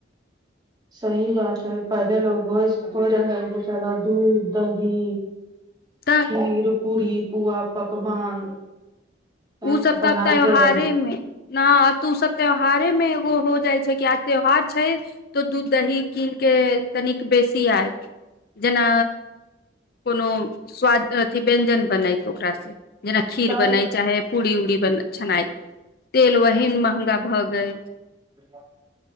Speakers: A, on the right; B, on the left.
A: सही बात है पहिले लोग होई होय रहे है जे चलो दूध दही
B: तऽ
A: खीर पूरी पूआ पकवान। तैं
B: ओ सभ
A: बनाबिते
B: तऽ आब त्यौहारे
A: रहै
B: मे नै आब तऽ ओ सभ त्यौहारे मे एगो हो जाई छै कि आज त्यौहार छै तो दूध दही किन के तनिक बेसी आयत जेना कोनो स्वाद अथि व्यंजन बनाै ओकास से जेना खीर
A: तऽ
B: बनै चाहे पूरी उरी बन छनाई तेल वहन महगा भऽ ग
A: ब।